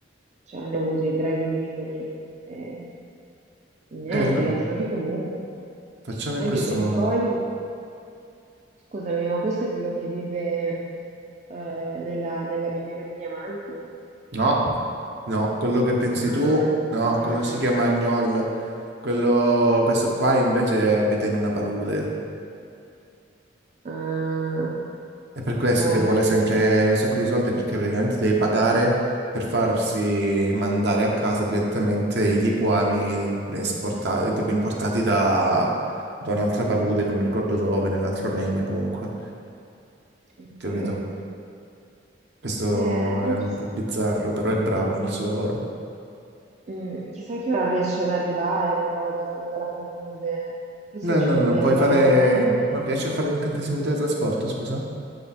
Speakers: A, on the right; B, on the right.
A: Cioè, ne ho avuti i draghi piccoli. eh, niente,
B: Eh, allora,
A: li affronti comunque.
B: facciamo
A: Anche
B: in questo
A: perché
B: modo.
A: poi, scusami, ma questo è quello che vive eh, nella, nella miniera di diamanti?
B: No. No, quello che pensi
A: Ah,
B: tu, no,
A: ah,
B: quello si chiama Agnol. Quello, questo qua invece abita in una palude.
A: ah,
B: È per
A: ok,
B: questo che vuole
A: ok,
B: sempre un sacco di soldi perché praticamente deve pagare per farsi mandare a casa direttamente i liquami esportati, tipo importati da, da un'altra palude, non mi ricordo dove, nell'altro regno comunque.
A: ok.
B: Capito? Questo
A: Eh, però
B: è un
A: chissà,
B: po' bizzarro, però è bravo nel suo lavoro.
A: mm, chissà che ora riesce ad arrivare, però da fino dalla palude. Forse
B: No,
A: ci
B: no,
A: conviene
B: non puoi
A: andarlo
B: fare...
A: a prendere.
B: Non riesci a fare l'incantesimo di teletrasporto, scusa?